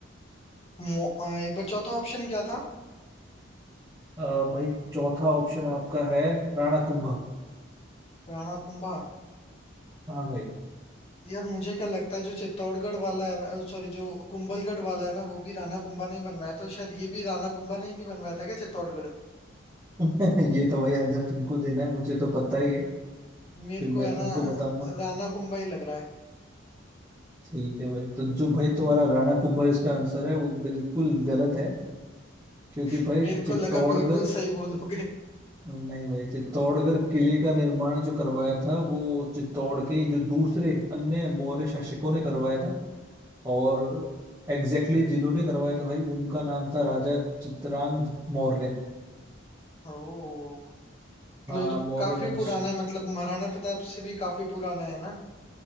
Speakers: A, on the left; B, on the right.
A: मो- अ, एक बार चौथा ऑप्शन क्या था
B: अ, भाई चौथा ऑप्शन आपका है राणा कुंभा
A: राणा कुंभा
B: हाँ भाई
A: यार मुझे क्या लगता है जो चित्तौड़गढ़ वाला है ना सॉरी जो कुंभलगढ़ वाला है ना वो भी राणा कुंभा ने ही बनवाया तो शायद ये भी राणा कुंभा ने ही नहीं बनवाया था क्या चित्तौड़गढ़
B: <laughs> ये तो भाई आंसर तुमको देना है मुझे तो पता ही है फिर
A: मेरे को
B: मैं
A: है
B: तुमको
A: ना
B: बताऊंगा
A: राणा कुंभा ही लग रहा है
B: ठीक है भाई तो जो भाई तुम्हारा राणा कुंभा इसका आंसर है वो बिल्कुल गलत है क्योंकि
A: <laughs>
B: भाई
A: मेरे
B: चित्तौड़गढ़
A: को लगा बिल्कुल सही बोलोगे
B: नहीं भाई चित्तौड़गढ़ किले का निर्माण जो करवाया था वो चित्तौड़ के ही जो दूसरे अन्य मौर्य शासकों ने करवाया था और एग्जैक्टली exactly जिन्होंने करवाया था भाई उनका नाम था राजा चित्रांगद मौर्य
A: <laughs> ओ
B: हाँ
A: मतलब ये तो
B: मौर्य
A: काफी
B: वंश
A: पुराना है मतलब महाराणा प्रताप से भी काफी पुराना है ना